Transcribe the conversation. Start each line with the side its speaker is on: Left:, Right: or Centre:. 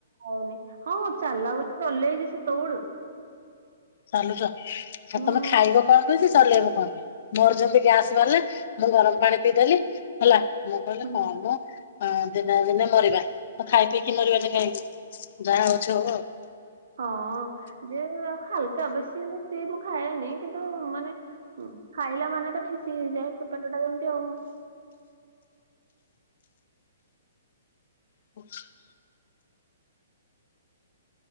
Right: ଖାଉନି ହଁ, ହଁ ଚାଲା <inaudible> ଚଲେଇଚି ସେତେବଳୁ।
Left: ଚାଲୁଚ ଆଉ
Right: ହୁଁ।
Left: ତୋମେ ଖାଇବ କଣ ପାଇଁ କି ଚାଲିବ କଣ ପାଇଁ? ମୋର ଯେମିତି ଗ୍ୟାସ୍ ବାହାରିଲା, ମୁଁ ଗରମ ପାଣି ପିଇଦେଲି ହେଲା। ମୁଁ କହିଲି
Right: ହୁଁ
Left: ହଁ ମୁଁ ହଁ ଦିନେ ନା ଦିନେ ମରିବା। ତ ଖାଇ ପିଇକି ମରିବା ନି କାହିଁକି ଯାହା ହଉଛି ଆଉ।
Right: ହଁ ଯେ ହାଲକା ବେଶୀ ବେଶୀ ମୁଁ ଖାଏନି। କିନ୍ତୁ ମାନେ ଏମ୍ ଖାଇଲା ମାନେ ତ ଠେସି ହେଇଯାଏ ତ ପେଟଟା ଏମତି ଆଉ।
Left: <unintelligible>